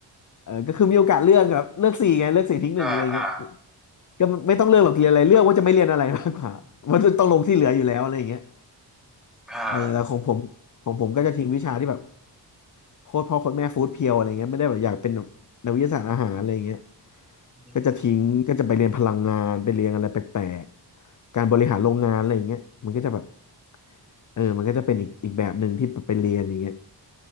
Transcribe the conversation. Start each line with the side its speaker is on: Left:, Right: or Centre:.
Left: เออก็คือมีโอกาสเลือกแบบเลือกสี่ไงเลือกสี่ทิ้งหนึ่งอะไรเงี้ย
Centre: อ่าอ่า
Left: ก็ไม่ต้องเลือกหรอกเรียนอะไรเลือกว่าจะไม่เรียนอะไรมากกว่า <laughs> มันต้องลงที่เหลืออยู่แล้วอะไรอย่างเงี้ย
Centre: อ่า
Left: เออแล้วของผมของผมก็จะทิ้งวิชาที่แบบโคตรพ่อโคตรแม่ฟู้ดเพียวอะไรเงี้ยไม่ได้แบบอยากเป็นแบบนักวิทยาศาสตร์อาหารอะไรเงี้ย
Centre: อืม
Left: ก็จะทิ้งก็จะไปเรียนพลังงานไปเรียนอะไรแปลกๆการบริหารโรงงานอะไรเงี้ยมันก็จะแบบเออมันก็จะเป็นอีกอีกแบบหนึ่งที่ไปเรียนอย่างเงี้ย